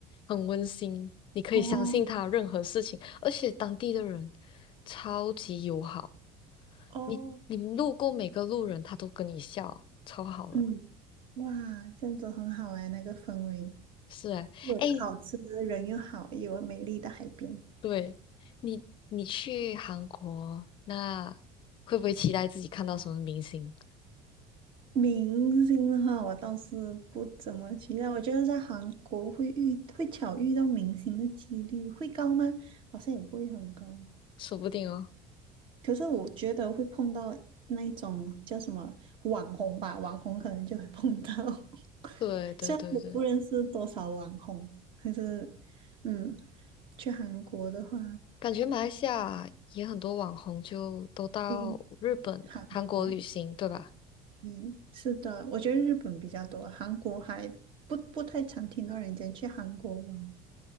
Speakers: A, on the left; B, on the right.
A: 很温馨，你可以相信他任何事情，
B: 哦
A: 而且当地的人超级友好，
B: 哦，
A: 你你路过每个路人他都跟你笑，超好的。
B: 嗯，哇，这样子很好哎，那个氛围，
A: 是哎，
B: 有的好吃，
A: 哎，
B: 人又好，又有美丽的海边。
A: 对，你你去韩国，那会不会期待自己看到什么明星？
B: 明星的话，我倒是不怎么期待。我觉得在韩国会遇会巧遇到明星的几率会高吗？好像也不会很高。
A: 说不定哦。
B: 可是我觉得会碰到那一种叫什么网红吧，网红可能就会碰到。<laughs>
A: 对对对对，
B: 虽然我不认识多少网红，可是，嗯，去韩国的话，
A: 感觉马来西亚也很多网红就都到日本、
B: 嗯，韩国，
A: 韩国旅行，对吧？
B: 嗯，是的，我觉得日本比较多，韩国还不不太常听到人家去韩国玩。